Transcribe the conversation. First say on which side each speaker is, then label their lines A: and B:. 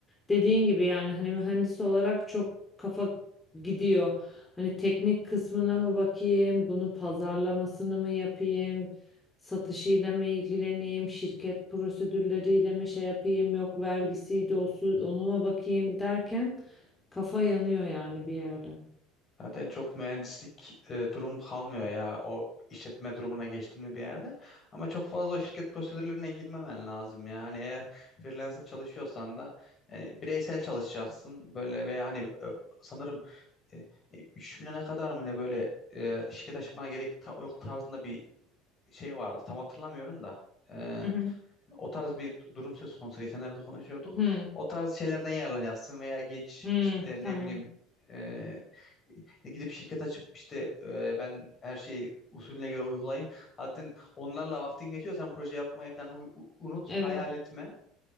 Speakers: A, on the left; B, on the left.
A: Dediğin gibi yani hani mühendis olarak çok kafa gidiyor. Hani teknik kısmına mı bakayım, bunu pazarlamasını mı yapayım? satışıyla mı ilgileneyim, şirket prosedürleriyle mi şey yapayım, yok vergisiydi o su, onuma bakayım derken kafa yanıyor yani bir yerde.
B: Zaten çok mühendislik e, durumu kalmıyor ya o işletme durumuna geçtin mi bir yerde. Ama çok fazla o şirket prosedürlerine girmemen lazım ya. Hani eğer freelancer çalışıyorsan da yani bireysel çalışacaksın böyle veya hani e, sanırım e, 3 milyona kadar mı ne böyle e, şirket açmana gerek ta- yok tarzında bir şey vardı. Tam hatırlamıyorum da. E,
A: Hı hı.
B: o tarz bir durum söz konusu. Geçenlerde konuşuyorduk.
A: Hı,
B: O tarz şeylerden yararlanacaksın veya genç
A: hı,
B: işte
A: tamam.
B: ne bileyim e, gidip şirket açıp işte e, ben her şeyi usulüne göre uygulayayım. Zaten onlarla vaktin geçiyor. Sen proje yapmayı falan u- unut,
A: Evet.
B: hayal etme.